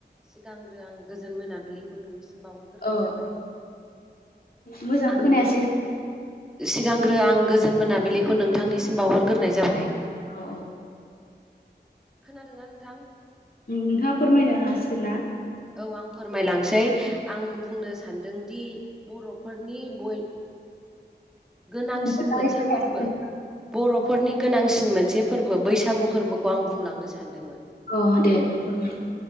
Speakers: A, in the centre; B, on the left.
A: सिगांग्रो आं गोजोन मोनाबिलिखौ नोंनिसि बावहरग्रोनाय
B: औ
A: जाबाय।
B: मोजां
A: आं
B: खोनायासै
A: सिगांग्रो आं गोजोन मोनाबिलिखौ नोंथांनिसिम बावहरग्रोनाय जाबाय।
B: अ
A: खोनादोंना नोंथां?
B: नोंथाङा फोरमायनो हासिगोन ना?
A: औ आं फोरमायलांसै आं बुंनो सानदोंदि बर'फोरनि बय गोनांसिन
B: मोजाङै
A: मोनसे
B: खोनायासै
A: फोरबो बर'फोरनि गोनांसिन मोनसे फोरबो बैसागु फोरबोखौ आं बुंलांनो सानदोंमोन?
B: अ दे फोरमाय।